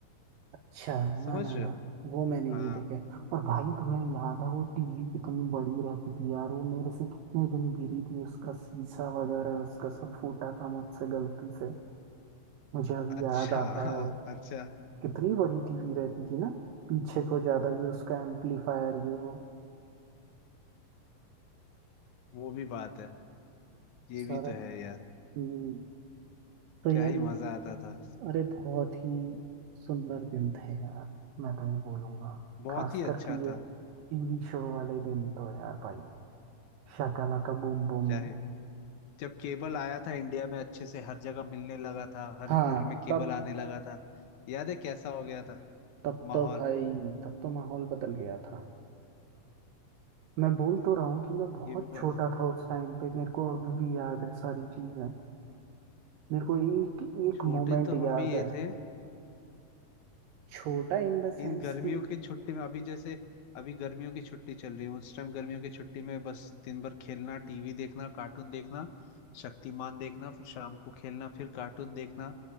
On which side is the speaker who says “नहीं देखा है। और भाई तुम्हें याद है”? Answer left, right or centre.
Right